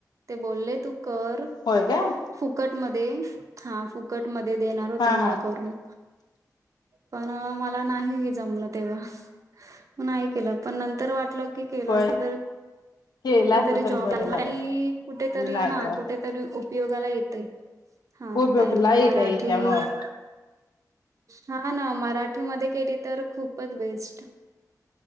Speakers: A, on the right (about 55°); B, on the left (about 85°).
A: ते बोलले तू कर.
B: होय काय.
A: फुकट मध्ये हा फुकट मध्ये देणार होते
B: हा
A: मला
B: हा
A: करून.
B: <inaudible>
A: पण मला नाही जमलं तेव्हा म नाही केलं पण नंतर वाटलं. केलं
B: होय
A: असतं तर
B: केला
A: कुठेतरी
B: असत तर
A: जॉब
B: बरं
A: लागला
B: झालं
A: असता
B: असत
A: कुठेतरी
B: लागला
A: हा कुठेतरी. तर उपयोगाला येतय हा
B: उपयोगला
A: टॅली मराठीत
B: येत्या येत्या होय
A: हा ना मराठीमध्ये केली तर खूपच बेस्ट.